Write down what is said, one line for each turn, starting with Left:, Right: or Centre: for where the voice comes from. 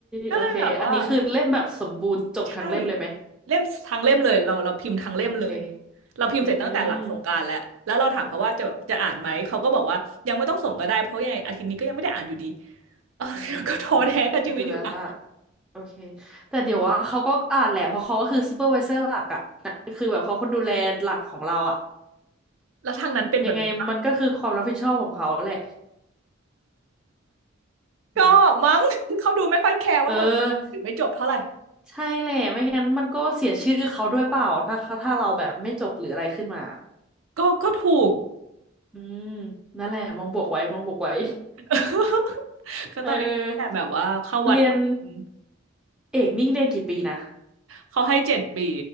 Right: ก็เลยแบบว่า
Centre: โอเค อันนี้คือเล่มแบบสมบูรณ์จบทั้งเล่มเลยไหม
Right: ใช่เล่มทั้งเล่มเลยเราเราพิมพ์ทั้งเล่มเลย
Centre: โอเค
Right: เราพิมพ์เสร็จตั้งแต่หลังสงกรานต์แล้วแล้วเราถามเขาว่าจะจะอ่านไหมเขาก็บอกว่ายังไม่ต้องส่งก็ได้เพราะยังไงอาทิตย์นี้ก็ยังไม่ได้อ่านอยู่ดี
Centre: อืม
Right: เออก็ท้อแท้กับชีวิตอยู่นะ
Centre: อืมอยู่แล้วล่ะ โอเค แต่เดี๋ยวว่าเขาก็อ่านแหละเพราะเขาก็คือซูเปอร์ไวเซอร์หลักอะนะคือแบบเขาคนดูแลหลักของเราอะ
Right: แล้วทางนั้นเป็นแบบนี้ปะ
Centre: ยังไงมันก็คือความรับผิดชอบของเขาแหละ
Right: ก็มั้ง
Centre: เนาะ
Right: <laughs> เขาดูไม่ค่อยแคร์ว่าเราจะหรือไม่จบเท่าไหร่
Centre: เออใช่แหละไม่งั้นมันก็เสียชื่อเขาด้วยเปล่าถ้าถ้าเราแบบไม่จบหรืออะไรขึ้นมา
Right: ก็ก็ถูก
Centre: อืมนั่นแหละมองบวกไว้มองบวกไว้
Right: <laughs> ก็ตอนนี้แต่แบบว่าเข้าวัดทำบุญ
Centre: <laughs> เออเรียนเอกนี่เรียนกี่ปีนะ
Right: เขาให้เจ็ดปี